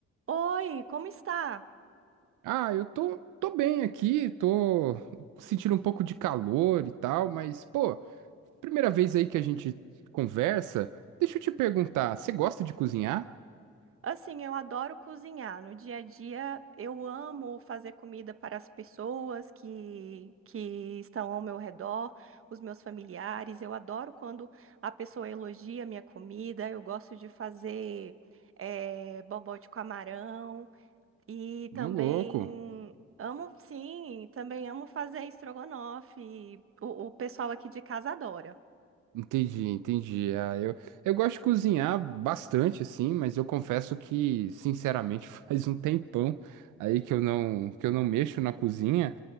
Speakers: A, on the right (about 45°); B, on the right (about 85°).
A: Oi, como está?
B: Ah, eu tô, tô bem aqui, tô sentindo um pouco de calor e tal, mas, pô, primeira vez aí que a gente conversa, deixa eu te perguntar, você gosta de cozinhar?
A: Assim, eu adoro cozinhar. No dia a dia, eu amo fazer comida para as pessoas que, que estão ao meu redor, os meus familiares. Eu adoro quando a pessoa elogia a minha comida. Eu gosto de fazer eh, bobó de camarão e
B: No
A: também
B: louco.
A: amo, sim, também amo fazer estrogonofe. O, o pessoal aqui de casa adora.
B: Entendi, entendi. Ah, eu, eu gosto de cozinhar bastante, assim, mas eu confesso que, sinceramente, <laughs> faz um tempão aí que eu não, que eu não mexo na cozinha.